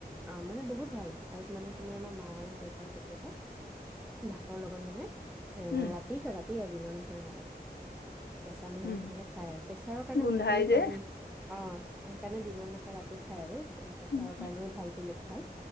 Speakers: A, in the centre; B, on the left.
A: অ, মানে বহুত ভালে আৰু মানে তোমাৰ আমাৰ মা আৰু দেউতাই কেতিয়াবা ভাতৰ লগত মানে অ,
B: উম
A: ৰাতি খাৰ তেতিৰ দিনত নহয় কেঁচা নহৰু
B: উম,
A: তটো মানে খাই আৰু প্ৰেছাৰৰ কাৰণে
B: গোন্ধাই
A: ভাল বুলি
B: যে
A: ক'লে ন অ। সেইকাৰণে দিন নাখাই ৰাতি খাই আৰু পেচাৰৰ
B: উম,
A: কাৰণেও ভাল বুলি ভাল